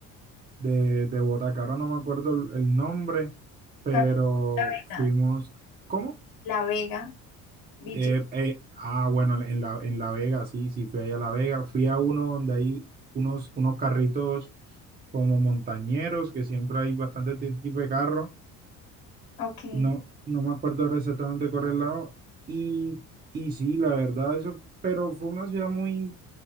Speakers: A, on the right; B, on the left.
A: de, de Bogotá, que ahora no me acuerdo el, el nombre, pero
B: La Vega.
A: fuimos, ¿cómo?
B: La Vega, Ville-
A: Eh, eh, ah, bueno, en la, en La Vega, sí, sí, fui ahí a La Vega. Fui a uno donde hay unos, unos carritos como montañeros, que siempre hay bastante ti- tipo de carro
B: Ok.
A: No, no me acuerdo ahora exactamente cuál era el lado. Y, y sí, la verdad, eso, pero fue una ciudad muy,